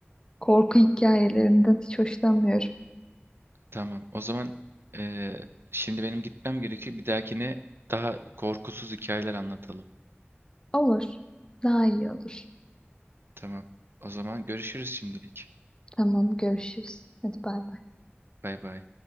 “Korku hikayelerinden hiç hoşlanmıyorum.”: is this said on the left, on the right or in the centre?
Left